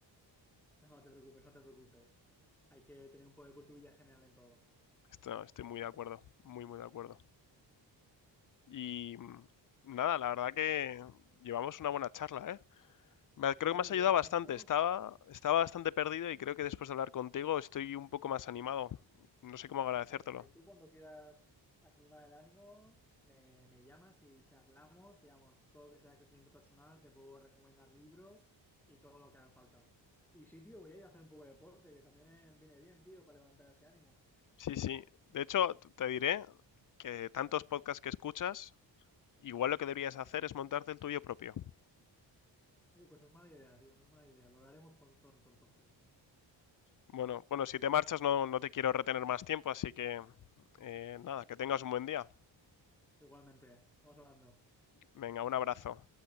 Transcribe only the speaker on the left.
Esto- estoy muy de acuerdo, muy, muy de acuerdo. Y mm, nada, la verdad que llevamos una buena charla, ¿eh? Me-
Creo
que me has
ayudado
bastante.
Estaba, estaba bastante perdido y creo que después de hablar contigo estoy un poco más animado. No sé cómo agradecértelo.
Sí, sí. De hecho, t- te diré que tantos podcasts que escuchas, igual lo que deberías hacer es montarte el tuyo propio.
Bueno, bueno, si te marchas no, no te quiero retener más tiempo, así que eh, nada, que tengas un buen día.
Venga, un abrazo.